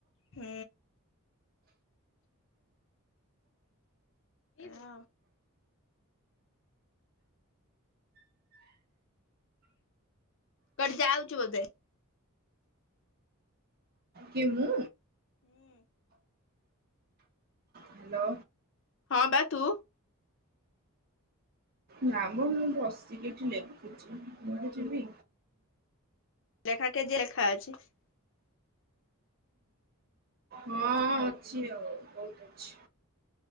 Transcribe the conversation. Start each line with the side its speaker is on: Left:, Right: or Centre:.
Left: ହୁଁ। ହ। କୁଆଡେ ଯାଉଛୁ ବୋଧେ।
Right: କିଏ ମୁଁ।
Left: ହଁ।
Right: ହ୍ୟାଲୋ।
Left: ହଁ ବା ତୁ।
Right: ନା ମୁଁ ମୁଁ ଅସି କି ଏଠି ଲେଖୁଛି କୁଆଡେ ଯିବି।
Left: ଲେଖା କେଜି <inaudible>
Right: ହଁ ଅଛି ଆଉ ବହୁତ ଅଛି।